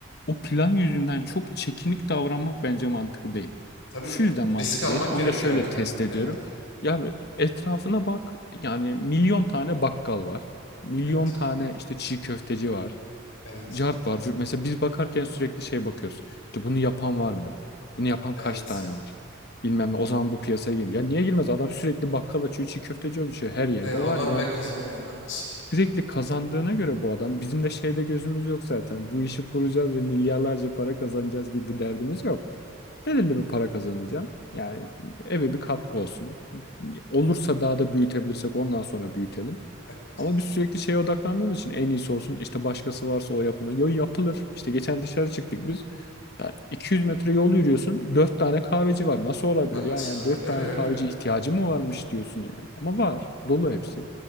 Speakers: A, on the left (about 50°); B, on the left (about 70°).
A: O plan yüzünden çok çekinik davranmak bence mantıklı değil.
B: Tabii
A: Şu
B: de
A: yüzden mantıklı
B: risk almak
A: değil. Onu
B: gerekiyor
A: da şöyle
B: her türlü.
A: test ediyorum.
B: Evet, evet,
A: Ya etrafına bak. Yani milyon tane bakkal var. Milyon
B: evet,
A: tane işte çiğ köfteci var
B: evet,
A: cart var. Mesela biz bakarken sürekli şey bakıyoruz. İşte bunu yapan var mı? Bunu yapan
B: evet.
A: kaç tane var? Bilmem ne. O zaman bu piyasaya girmiyor. Ya niye girmez? Adam sürekli bakkal açıyor, çiğ köfteci oluşuyor. Her yerde
B: Evet onlar
A: var. Yani
B: bile kazanıyor. Evet haklısın.
A: sürekli kazandığına göre bu adam bizim de şeyde gözümüz yok zaten. Bu işi kuracağız ve milyarlarca para kazanacağız gibi bir derdimiz yok. Belirli bir para kazanacağım. Yani eve bir katkı olsun. Olursa daha da büyütebilirsek ondan sonra büyütelim.
B: Evet
A: Ama biz sürekli şeye odaklandığımız için en iyisi olsun. İşte başkası varsa o yapılır. Yo yapılır. İşte geçen dışarı çıktık biz. Ya 200 metre yol yürüyorsun. 4 tane kahveci var. Nasıl olabilir
B: haklısın.
A: ya? Yani
B: Evet
A: 4
B: öyle
A: tane
B: öyle.
A: kahveci ihtiyacı mı varmış diyorsun yani. Ama var. Dolu hepsi.